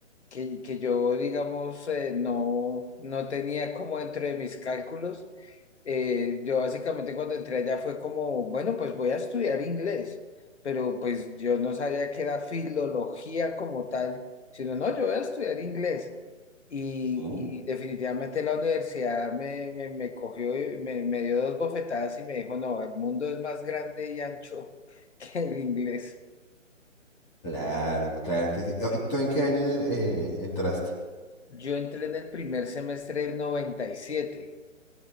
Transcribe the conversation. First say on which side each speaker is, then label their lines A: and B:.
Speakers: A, on the left; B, on the left.
A: que, que yo, digamos, eh, no, no tenía como dentro de mis cálculos. Eh, yo básicamente cuando entré allá fue como, bueno, pues voy a estudiar inglés, pero pues yo no sabía que era filología como tal, sino no, yo voy a estudiar inglés. Y,
B: Mm.
A: y definitivamente la universidad me, me, me cogió y me, me dio dos bofetadas y me dijo, no, el mundo es más grande y ancho <laughs> que el inglés.
B: Claro, claro que sí. Oh, ¿Tú en qué año eh, entraste?
A: Yo entré en el primer semestre del noventa y siete